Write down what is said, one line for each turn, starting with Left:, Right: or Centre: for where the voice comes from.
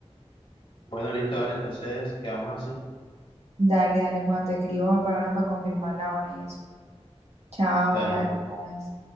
Left: Bueno, listo, dale, entonces quedamos así.
Right: Dale, dale, Juan, te escribo para ahora para confirmar la hora y eso. Chao,
Left: Dale.
Right: gracias.